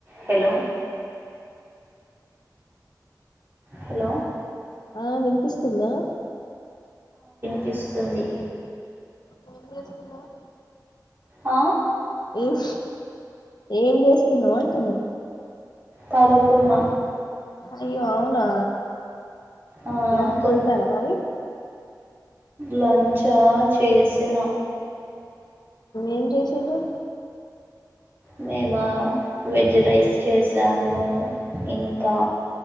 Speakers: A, on the right; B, on the left.
A: Hello hello
B: హ వినిపిస్తుందా
A: పిస్తుంది
B: ఏంచేస్తున్నావ్
A: ఆ
B: ఏమ్ ఏం చేస్తున్నావు అంటున్నా
A: పడుకున్న
B: అయ్యో అవునా
A: ఆ
B: లంచ్
A: కొన్
B: చేశారా మరి
A: లంచా చేసిన
B: ఏం చేసిండ్రు
A: మేమా వెజ్ రైస్ చేసాము ఇంకా